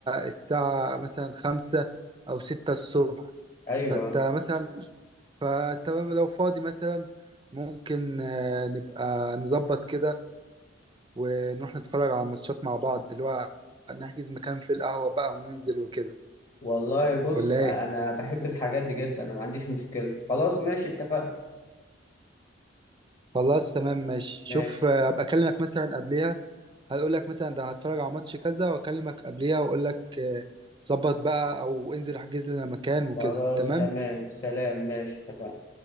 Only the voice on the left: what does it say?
أيوة
والله بص
انا
بحب الحاجات دي جدا انا ما عنديش مشكلة خلاص ماشي اتفقنا
ماشي
خلاص
تمام سلام ماشي اتفقنا